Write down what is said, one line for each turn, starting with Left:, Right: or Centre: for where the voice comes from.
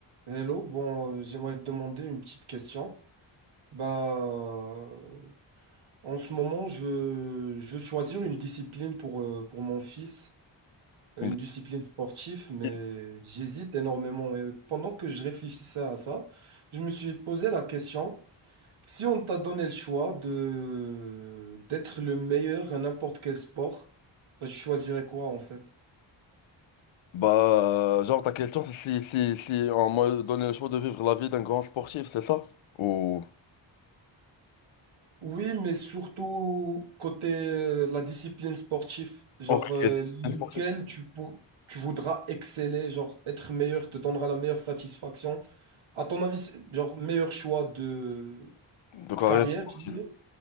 Right: Hello, bon, euh, j'aimerais te demander une petite question. Bah, euh, en ce moment, je veux, je veux choisir une discipline pour, euh, pour mon fils, euh,
Left: Une
Right: une discipline sportive, mais
Left: définitive.
Right: j'hésite énormément. Et pendant que je réfléchissais à ça, je me suis posé la question, si on t'a donné le choix de, d'être le meilleur à n'importe quel sport, bah, tu choisirais quoi en fait?
Left: Bah, euh, genre, ta question, c'est si, si, si on m'a donné le choix de vivre la vie d'un grand sportif, c'est ça? Ou.
Right: Oui, mais surtout côté euh, la discipline sportive, genre
Left: Ok,
Right: euh, lequel
Left: un sportif.
Right: tu, pou- tu voudras exceller, genre être meilleur te donnera la meilleure satisfaction. À ton avis, c'est- genre meilleur choix de,
Left: De carrière
Right: de carrière,
Left: sportive.
Right: je dirais.